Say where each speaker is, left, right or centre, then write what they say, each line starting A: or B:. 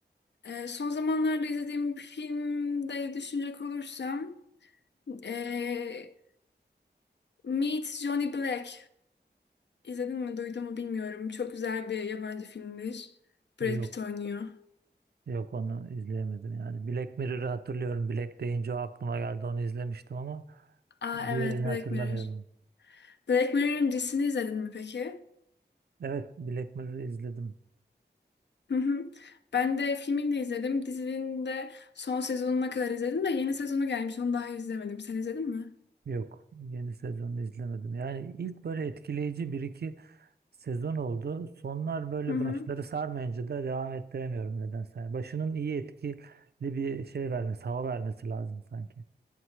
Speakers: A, on the left (about 75°); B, on the right (about 60°).
A: Eee, son zamanlarda izlediğim bir filmde düşünecek olursam, eee Meet Johnny Black. İzledin mi, duydun mu bilmiyorum. Çok güzel bir yabancı filmdir.
B: Yok,
A: Brad Pitt oynuyor.
B: yok onu izleyemedim yani. Black Mirror'ı hatırlıyorum. Black deyince o aklıma geldi. Onu izlemiştim ama
A: Aa
B: diğerini
A: evet, Black
B: hatırlamıyorum.
A: Mirror. Black Mirror'ın dizisini izledin mi peki?
B: Evet, Black Mirror'ı izledim.
A: Hı hı. Ben de filmini de izledim. Dizinin de son sezonuna kadar izledim de yeni sezonu gelmiş. Onu daha izlemedim. Sen izledin mi?
B: Yok, yeni sezonu izlemedim. Yani ilk böyle etkileyici bir iki sezon oldu. Sonlar böyle
A: Hı hı.
B: başları sarmayınca da devam ettiremiyorum nedense. Yani Başının iyi etkili bir şey vermesi, hava vermesi lazım sanki.